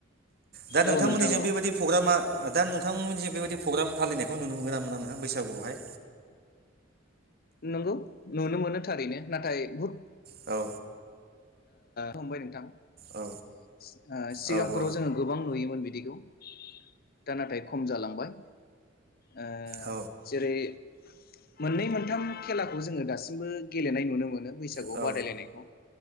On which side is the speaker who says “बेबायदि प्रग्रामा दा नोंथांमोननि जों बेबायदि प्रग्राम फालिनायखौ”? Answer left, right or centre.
Right